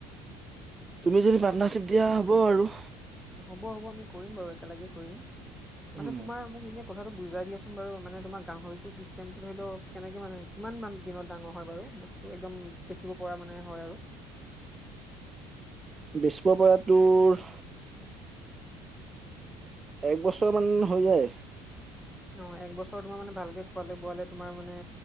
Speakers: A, on the right; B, in the centre.
A: তুমি যদি পাৰ্টনাৰশ্বিপ দিয়া হ'ব আৰু।
B: নহ'ব হ'ব আমি কৰিম বাৰু একেলগে কৰিম
A: উম
B: মানে তোমাৰ মোক এনে কথাটো বুজাই দিয়াচোন বাৰু মানে তোমাৰ গাহৰিটো ছিষ্টেমটো ধৰি লওক কেনেকে মানে কিমান মান দিনত ডাঙৰ হয় বাৰু বস্ তো একদম বেছিব পৰা মানে হয় আৰু
A: বেছিব পৰাটোৰ এক বছৰ মান হৈ যায়
B: অ একবছৰ তোমাৰ মানে ভালকে খোৱালে বোৱালে তোমাৰ মানে